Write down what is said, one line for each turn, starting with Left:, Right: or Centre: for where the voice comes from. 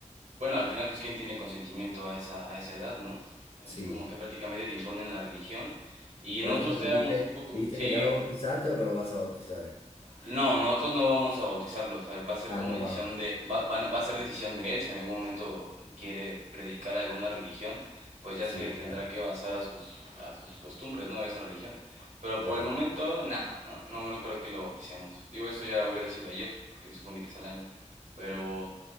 Right: bueno, al final pues quién tiene consentimiento a esa, a esa edad, ¿no?
Left: Sí,
Right: Es como que prácticamente te imponen la religión. Y
Left: pero
Right: nosotros
Left: entonces
Right: te
Left: dijiste,
Right: éramos un poco,
Left: dijiste
Right: sí,
Left: que ya lo bautizaste o que lo vas a bautizar.
Right: No, nosotros no vamos a bautizarlo, o sea, va a ser
Left: Ah,
Right: como
Left: no
Right: decisión
Left: van.
Right: de, va, van va a ser decisión de él, si en algún momento quiere predicar alguna religión, pues ya
Left: Sí,
Right: se tendrá
Left: claro,
Right: que basar a sus, a sus costumbres, ¿no? De esa religión. Pero
Left: claro.
Right: por el momento, nada, no, no, no creo que lo bauticemos. Digo, eso ya hubiera sido ayer, porque se supone que es al año. Pero,